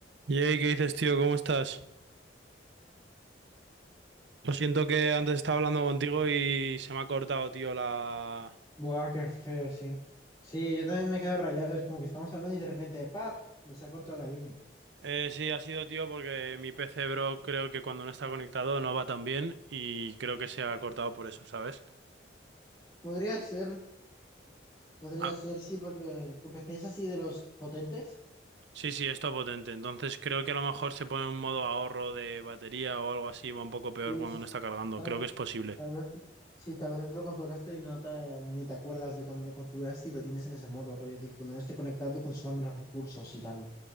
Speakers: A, on the right; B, on the left.
A: Yey, ¿qué dices, tío? ¿Cómo estás? Lo siento que antes estaba hablando contigo y se me ha cortado, tío, la...
B: Buah, qué feo, sí. Sí, yo también me quedo rayado. Es como que estamos hablando y de repente, ¡pap! Y se ha cortado la línea.
A: Eh, sí, ha sido, tío, porque mi PC, bro, creo que cuando no está conectado no va tan bien y creo que se ha cortado por eso, ¿sabes?
B: Podría ser, podría
A: Ah,
B: ser, sí, porque tu PC es así de los potentes.
A: sí, sí, está potente. Entonces creo que a lo mejor se pone un modo ahorro de batería o algo así, va un poco peor
B: Sí, es-
A: cuando no está cargando.
B: tal,
A: Creo que es posible.
B: tal vez, sí, tal vez lo configuraste y no te, ni te acuerdas de cuando lo configuraste y lo tienes en ese modo, rollo, de que cuando no esté conectado consuma menos recursos y tal.